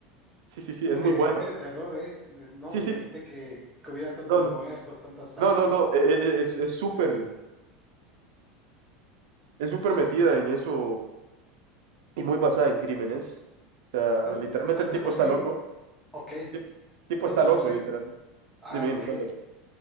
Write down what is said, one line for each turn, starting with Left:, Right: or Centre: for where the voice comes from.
Right: sí, sí, sí,
Centre: Muy
Right: es muy
Centre: de,
Right: buena.
Centre: muy de terror, ¿eh? De- No
Right: Sí,
Centre: me
Right: sí,
Centre: imaginé que, que hubiera tantos
Right: no, no,
Centre: muertos, tanta sangre.
Right: no, no, no, e- e- es es súper, es súper metida en eso y muy basada en crímenes. O sea,
Centre: Entonces,
Right: literalmente
Centre: entonces
Right: el tipo
Centre: de por
Right: está
Centre: sí,
Right: loco.
Centre: ok.
Right: El tipo
Centre: Entonces
Right: está
Centre: de por
Right: loco,
Centre: sí,
Right: literal.
Centre: ah,
Right: Dime, dime,
Centre: ok.
Right: cuéntame.